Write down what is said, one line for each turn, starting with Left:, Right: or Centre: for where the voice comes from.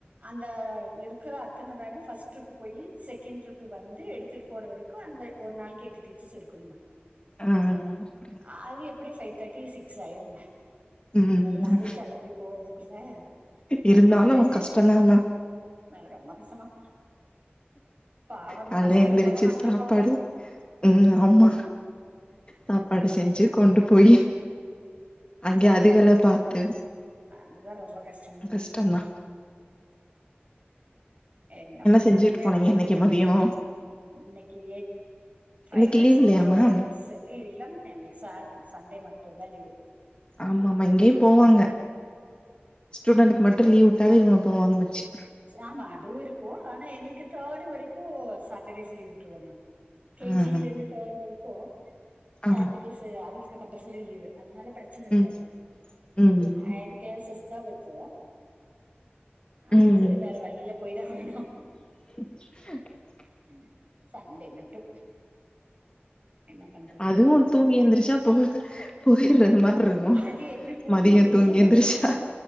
Right: அந்த அந்த இருக்கிற அத்தன வேணும் பஸ்ட் ட்ரிப் போயி செகண்ட் ட்ரிப் வந்து எடுத்து போற வரைக்கு அந்த ஒரு நாளைக்கு எட்டு டீச்சர்ஸ் இருக்கணுங்க
Left: ஆ அப்டிங்க
Right: அது எப்டி ஃபைவ் தேர்ட்டி சிக்ஸ் ஆயிருக
Left: ம்
Right: எல்லாரு கிளம்பி போறதுக்குள்ள
Left: இருந்தாலு
Right: எப்டியோ டைம் ஆயிறு
Left: கஷ்டந்தா மேம்
Right: அ ரொம்ப கஷ்டமா பாவ அந்த
Left: கால்ல
Right: பசங்களுக்கு
Left: எந்திரிச்சு
Right: பாவம் நம்பளும்
Left: சாப்பாடு
Right: பாவோம்
Left: ம் ஆமா சாப்பாடு செஞ்சு கொண்டு போயி அங்கே அதிகல பாத்து
Right: அதுதா ரொம்ப கஷ்ட
Left: கஷ்டந்தா
Right: என்ன பண்றதுங்க
Left: செஞ்சுட்டு போனீங்க
Right: எல்லா
Left: இன்னைக்கு
Right: நினச்சு தா
Left: மதியோ
Right: இன்னைக்கு ப்ரைடு
Left: இன்னைக்கு
Right: ரைஸ்
Left: லீவ் இல்லையா
Right: து சோயாபீன்ஸ்
Left: மேம்
Right: இ இல்ல ம எங்களுக்கு ச சண்டே மட்டு தா லீவு
Left: ஆமா ஆமா இங்கேயு போவாங்க ஸ்டூடெண்ட்க்கு மட்டு லீவ் விட்டாவ இவங்க போவாங்க மச்சி
Right: ஆமா அதுவு இருக்கு ஆனா எங்களுக்கு தேர்டு வரைக்கு சாட்டர்டேஸ் லீவ் விட்டுருவாங்க கே
Left: ஆ
Right: ஜில இருந்து தேர்ட் வரைக்கு
Left: ஆ
Right: சாட்டர்டேஸ் அவங்களுக்கு கம்பல்சரி லீவு் அதனால பிரச் சில் இருக்காது
Left: ம் ம்
Right: ஆய்யிறு கிளாசஸ் தா வெப்போ
Left: ம்
Right: அது வேற வலி இல்ல போய்தா ஆவணு
Left: <inaudible>
Right: ம் சண்டே மட்டு என்ன பண்றது
Left: அதுவு தூங்கி எந்திரிச்சா போ போயிடுறது மாரி இருக்கு
Right: அது எப்டி போகுதுன்னு
Left: மதியோ
Right: தெரியமா
Left: தூங்கி எந்திரிச்சா